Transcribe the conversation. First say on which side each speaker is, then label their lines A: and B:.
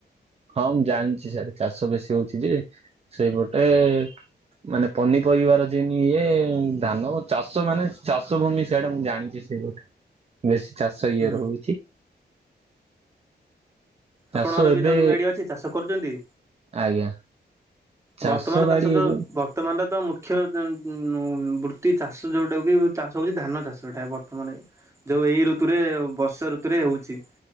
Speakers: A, on the right (about 35°); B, on the right (about 15°).
A: ହଁ ମୁଁ ଜାଣିଛି ସାର୍ ଚାଷ ବେଶୀ ହଉଛି ଯେ ସେଇପଟେ ମାନେ ପନିପରିବାର ଯେନି ଇଏ ଧାନ ଚାଷ ମାନେ ଚାଷ ଭୂମି ସେଇଆଡେ ମୁଁ ଜାଣିଛି ସେ ବେଶୀ ଚାଷ
B: ହୁଁ
A: ଇଏ ରହୁଛି। ଚାଷ
B: ଆପଣଙ୍କର
A: ଏବେ
B: ବି ଜମିବାଡି ଅଛି ଚାଷ କରୁଛନ୍ତି?
A: ଆଜ୍ଞା। ଚାଷ
B: ବର୍ତ୍ତମାନ
A: ବାଡି
B: ଚାାଷ ତ
A: ଏବେ
B: ବର୍ତ୍ତମାନର ତ ମୁଖ୍ ମୁଖ୍ୟ ବୃତ୍ତି ଚାଷ ଜୋଉଟା କି ଚାଷ ହଉଛି ଧାନ ଚାଷ ଏଇଟା ବର୍ତ୍ତମାନ। ଯୋଉ ଏଇ ଋତୁରେ ବର୍ଷା ଋତୁରେ ହୋଉଛି